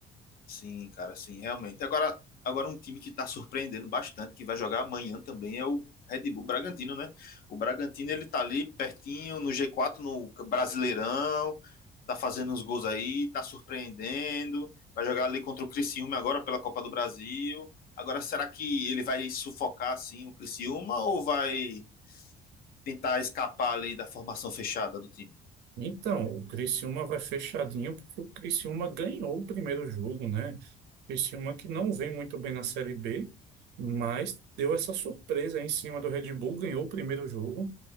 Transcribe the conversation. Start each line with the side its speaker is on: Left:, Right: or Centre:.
Left: Sim, cara, sim, realmente. Agora, agora um time que está surpreendendo bastante, que vai jogar amanhã também, é o Red Bull Bragantino, né? O Bragantino, ele tá ali pertinho no G4, no Brasileirão, tá fazendo uns gols aí, tá surpreendendo, vai jogar ali contra o Criciúma agora pela Copa do Brasil. Agora, será que ele vai sufocar, assim, o Criciúma ou vai tentar escapar ali da formação fechada do time?
Right: Então, o Criciúma vai fechadinho porque o Criciúma ganhou o primeiro jogo, né? O Criciúma que não vem muito bem na Série B, mas deu essa surpresa aí em cima do Red Bull, ganhou o primeiro jogo.